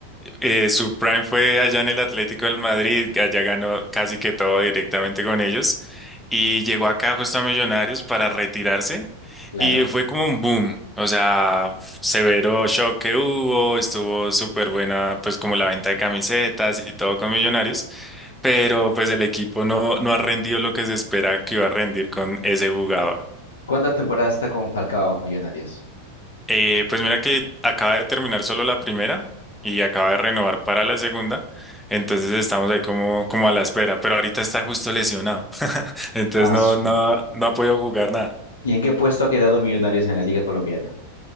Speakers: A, in the centre; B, on the left (about 70°).
A: eh, su prime fue allá en el Atlético del Madrid, allá ganó casi que todo directamente con ellos y llegó acá justo a Millonarios para retirarse
B: Claro.
A: y fue como un boom, o sea, severo shock que hubo, estuvo súper buena pues como la venta de camisetas y todo con Millonarios, pero pues el equipo no, no ha rendido lo que se espera que iba a rendir con ese jugador.
B: ¿Cuántas temporadas está con Falcao Millonarios?
A: Eh, pues mira que acaba de terminar solo la primera y acaba de renovar para la segunda, entonces estamos ahí como, como a la espera, pero ahorita está justo lesionado, <laughs> entonces
B: Ah,
A: no,
B: su.
A: no, no ha podido jugar nada.
B: ¿Y en qué puesto ha quedado Millonarios en la Liga Colombiana?